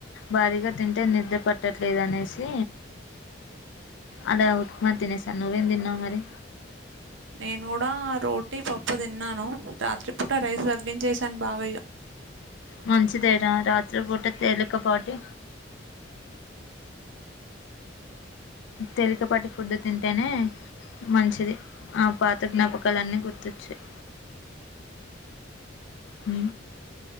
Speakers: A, on the left (about 70°); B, on the right (about 80°).
A: భారీగా తింటే నిద్ర పట్టట్లేదు అనేసి అల ఉప్మా తినేసా నువ్వేం తన్నావ్ మరి
B: నేను కూడా రోటీ పప్పు తిన్నాను రాత్రి పూట రైస్ తగ్గించేసాను బాగ
A: మంచిదేర రాత్రి పూట తేలికపాటి తేలికపాటి ఫుడ్డు తింటేనే మంచిది ఆ పాత జ్ఞాపకాలన్నీ గుర్తొచయ్ ఉ